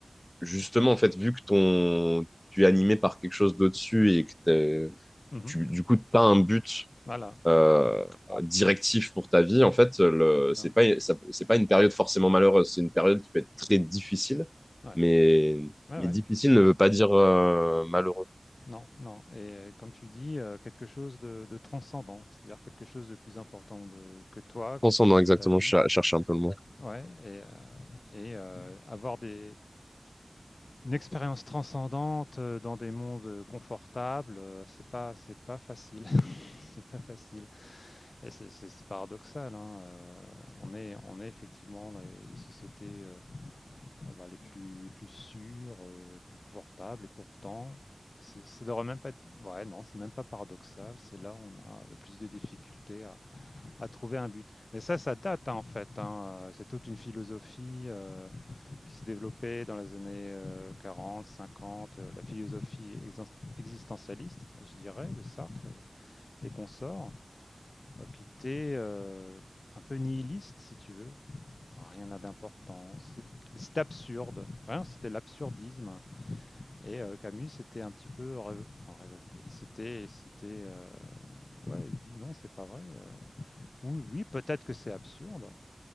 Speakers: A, on the left (about 20°); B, on the left (about 80°).
A: justement, en fait, vu que ton, tu es animé par quelque chose d'au-dessus et que t'es-
B: Mhm.
A: tu, du coup, t'as un but
B: Voilà,
A: euh, directif pour ta vie, en fait, le,
B: c'est ça.
A: c'est pas, ça- c'est pas une période forcément malheureuse. C'est une période qui peut être très difficile,
B: Ouais,
A: mais,
B: ouais,
A: mais
B: ouais.
A: difficile ne veut pas dire euh, malheureux.
B: Non, non. Et euh, comme tu dis, euh, quelque chose de, de transcendant, c'est-à-dire quelque chose de plus important de- que toi, que
A: Pensons
B: ta,
A: dans exactement,
B: ta vie.
A: cher- chercher un peu le mot.
B: Ouais, et, euh, et euh, avoir des, une expérience transcendante euh, dans des mondes confortables, euh, c'est pas, c'est pas facile. <laughs> C'est pas facile. Et c'est c'est- c'est paradoxal, hein, euh, on est, on est effectivement dans les, les sociétés. euh, Ah bah, les plus, les plus sûrs, euh, les plus confortables, et pourtant, c'est- ça devrait même pas être... Ouais, non, c'est même pas paradoxal, c'est là où on a le plus de difficultés à, à trouver un but. Mais ça, ça date hein, en fait, hein, euh, c'est toute une philosophie euh, qui s'est développée dans les années euh, 40, 50, euh, la philosophie exen- existentialiste, je dirais, de Sartre et, et consorts, euh, qui était euh, un peu nihiliste, si tu veux, Enfin, Rien n'a d'importance. C'est absurde. Vraiment, c'était l'absurdisme. Et euh, Camus était un petit peu rév- enfin, révolté. C'était, s'était, c'était, euh... ouais, il dit non, c'est pas vrai. euh. oui, oui, peut-être que c'est absurde,